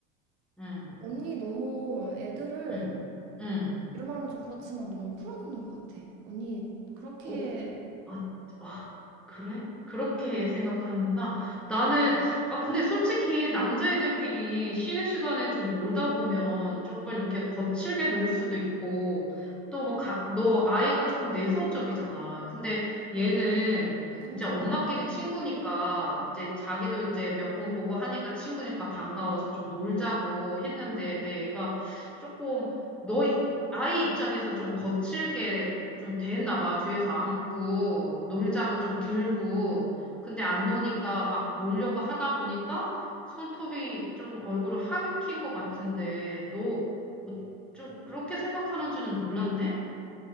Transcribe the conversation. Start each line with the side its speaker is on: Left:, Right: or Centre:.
Centre: 음.
Right: 언니 너무 애들을,
Centre: 응, 응.
Right: 이런 말 하면 좀 그렇지만 너무 풀어놓는 것 같아. 언니 그렇게
Centre: 어, 아, 아, 그래? 그렇게 생각하는구나. 나는, 아, 근데 솔직히 남자애들끼리 쉬는 시간에 좀 놀다 보면 조금 이렇게 거칠게 놀 수도 있고, 또 뭐, 가, 너 아이가 조금 내성적이잖아. 근데 얘는
Right: 여성적이야.
Centre: 이제 엄마끼리 친구니까,
Right: 어. 음.
Centre: 이제 자기도 이제 몇 번 보고 하니까 친구니까 반가워서 좀 놀자고 했는데, 내 애가 조금, 너, 아이 입장에선 좀 거칠게 좀 됐나 봐. 뒤에서 안고 놀자고 좀 들고. 근데 안 노니까 막 놀려고 하다 보니까 손톱이 좀 얼굴을 하익힌 것 같은데 너 좀 그렇게 생각하는지는 몰랐네?